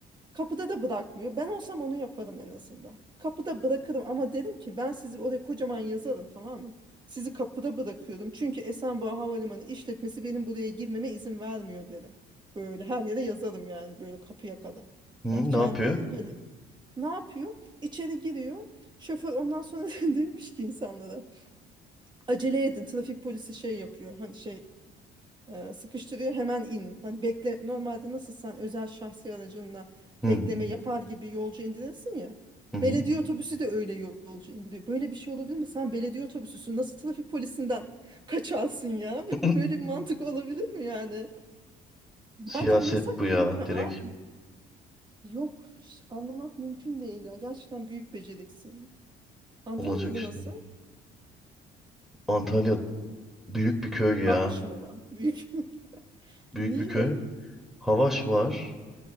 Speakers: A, on the right; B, in the centre.
A: Kapıda da bırakmıyor. Ben olsam onu yaparım en azından. Kapıda bırakırım ama derim ki ben sizi oraya kocaman yazarım tamam mı? Sizi kapıda bırakıyorum. Çünkü Esenboğa Havalimanı işletmesi benim buraya girmeme izin vermiyor derim. Böyle her yere yazarım yani böyle kapıya kadar.
B: Hmm,
A: Yani kendi
B: ne yapıyor?
A: böyle ne yapıyor? İçeri giriyor. Şoför ondan sonra <laughs> demiş ki insanlara acele edin trafik polisi şey yapıyor. Hani şey e, sıkıştırıyor hemen in. Hani bekle normalde nasıl sen özel şahsi aracınla
B: Hmm.
A: bekleme yapar gibi yolcu indirirsin ya.
B: Hı hı.
A: Belediye otobüsü de öyle yol- yolcu indiriyor. Böyle bir şey olabilir mi? Sen belediye otobüsüsün. Nasıl trafik polisinden <laughs> kaçarsın ya?
B: <laughs>
A: <laughs> Böyle bir mantık olabilir mi yani? Madem
B: Siyaset
A: yasak
B: bu ya.
A: girme abi.
B: Direkt
A: Yok, ş- anlamak mümkün değil ya. Gerçekten büyük beceriksizlik. Antalya'da
B: olacak işte.
A: nasıl?
B: Antalya büyük bir köy
A: Havaş
B: ya.
A: mı var? Büyük. <laughs>
B: Büyük
A: Niye?
B: bir köy. Havaş var.